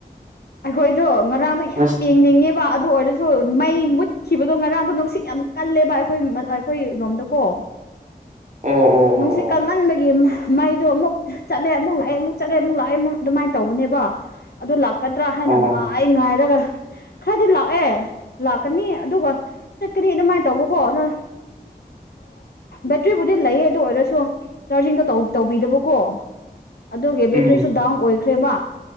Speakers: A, on the left; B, on the right.
A: ꯑꯩꯈꯣꯏꯗꯣ ꯉꯔꯥꯡꯗꯣ
B: ꯉꯁꯤ
A: ꯌꯥꯝ ꯌꯦꯡꯅꯤꯡꯉꯦꯕ ꯑꯗꯨ ꯑꯣꯏꯔꯁꯨ ꯁ ꯃꯩ ꯃꯨꯠꯈꯤꯕꯗꯣ ꯉꯔꯥꯡꯗꯣ ꯅꯨꯡꯁꯤꯠ ꯌꯥꯝ ꯀꯜꯂꯦꯕ ꯑꯩꯈꯣꯏ ꯑꯩꯈꯣꯏ ꯔꯣꯝꯗꯀꯣ <unintelligible>
B: ꯑꯣ ꯑꯣ
A: ꯅꯨꯡꯁꯤꯠ ꯀꯟꯃꯟꯕꯒꯤ
B: ꯑꯣ
A: ꯃꯩꯗꯣ ꯑꯃꯨꯛ ꯆꯠꯂꯦ ꯑꯃꯨꯛ ꯂꯥꯛꯑꯦ ꯑꯃꯨꯛ ꯆꯠꯂꯦ ꯑꯃꯨꯛ ꯂꯥꯛꯑꯦ ꯑꯃꯨꯛ ꯑꯗꯨꯃꯥꯏꯅ ꯇꯧꯕꯅꯦꯕ ꯑꯗꯨ ꯂꯥꯛꯀꯗ꯭ꯔꯥ ꯍꯥꯏꯅ
B: ꯑꯣ ꯑꯣ
A: ꯉꯥꯏ ꯉꯥꯏꯔꯒ ꯈꯔꯗꯤ ꯂꯥꯛꯑꯦ ꯂꯥꯛꯀꯅꯤ ꯑꯗꯨꯒ ꯆꯠꯀꯅꯤ ꯑꯗꯨꯃꯥꯏꯅ ꯇꯧꯕꯀꯣ ꯑꯗꯨ ꯕꯦꯇ꯭ꯔꯤꯕꯨꯗꯤ ꯂꯩ ꯑꯗꯨ ꯑꯣꯏꯔꯁꯨ ꯆꯥꯔꯖꯤꯡꯗꯣ ꯇꯧꯕꯤꯗꯕꯀꯣ ꯑꯗꯨꯒꯤ
B: ꯎꯝ
A: ꯕꯦꯇ꯭ꯔꯤꯁꯨ ꯗꯥꯎꯟ ꯑꯣꯏꯈ꯭ꯔꯦꯕ